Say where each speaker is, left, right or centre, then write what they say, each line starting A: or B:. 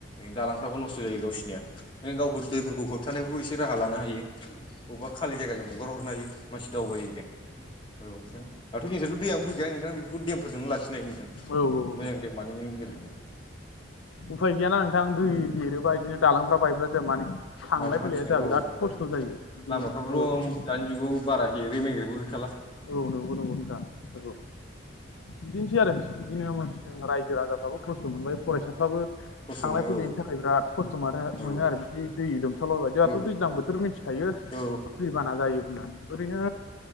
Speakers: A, on the left (about 25°); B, on the left (about 85°).
A: दालांफ्राबो नस्थ' जायो गावसोरनिया गावफोर दैफोरखौ होबथानायफोरखौ एसे राहा लानो हायो बबेबा खालि जायगाजों हगार हरनो हायो मानसि दावबायो जों औ नोंथां दाथ' जोंस्राथ' दैयानो फैखाया नोंथां बेफोरखौ देमफोरजोंनो लाखिनो हायो नोंथां
B: औ औ
A: मोजां
B: औ
A: देम बानायनायनि गेजेरजों
B: उफाय गैयाना नोंथां दै देरोबा बिदिनो दालांफ्रा बायब्ला जाया माने थांलाय
A: माजों हान्थिनो
B: फैलाया जोंहा
A: औ
B: बिराद
A: नोंथां
B: खस्थ' जायो बिदिनो
A: लामाफ्रावथ'
B: औ
A: दानि जुगाव बारा हेगे मेग्रेबो गैखाला
B: औ नंगौ नंगौ नोंथां औ बिदिनोसै आरो बिदिनो जों रायजो राजाफ्राबो खस्थ' मोनबाय फरायसाफ्राबो
A: खस्थ'
B: थांलाय
A: मोनो
B: फैलायनि थाखाय बिराद खस्थ' मानो
A: औ
B: मोनो आरो बिदि दै लोमसावलायबाय जोंहाथ'
A: औ
B: दैज्लां बोथोर मिथिखायो
A: औ
B: दै बाना जायो होननानै ओरैनो